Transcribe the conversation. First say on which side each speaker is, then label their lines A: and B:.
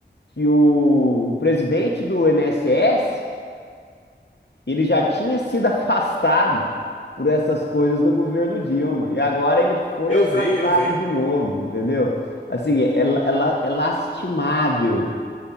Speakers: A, on the left (about 65°); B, on the left (about 40°).
A: que o presidente do N S S ele já tinha sido <laughs> afastado por essas coisas no governo Dilma, e agora ele foi
B: Eu
A: afastado
B: vi, eu vi.
A: de novo, entendeu? Assim, é, la- é la- é lastimável